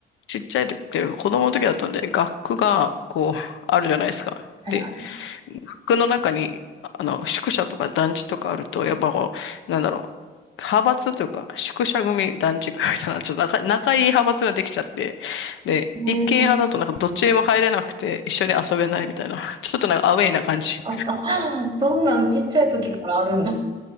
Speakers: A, on the left; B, on the right.
A: ちっちゃい時って子供の時だったんで、学区がこう、あるじゃないですか。
B: はいは
A: で、学区の中に、あの、宿舎とか団地とかあると、やっぱこう、なんだろう、派閥というか、宿舎組、団地組みたいな、ちょっと仲、仲いい派閥ができちゃって、で、
B: い。
A: 一軒派だとなんかどっちにも入れなくて、
B: へえ
A: 一緒に遊べないみたいな、ちょっとなんかアウェイな感じ。
B: <laughs> そんなんちっちゃい時からあるんだ。